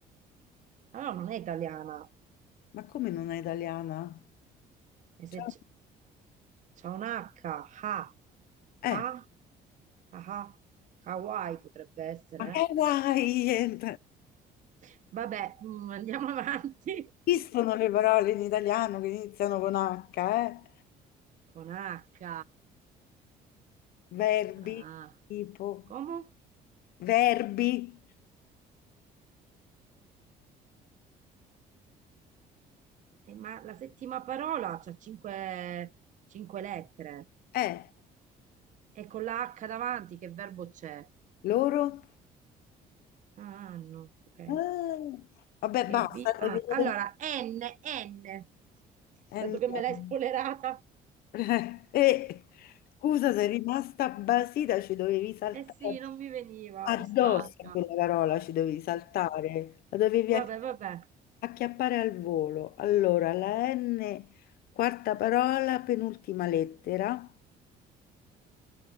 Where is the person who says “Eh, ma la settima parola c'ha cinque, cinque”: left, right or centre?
Right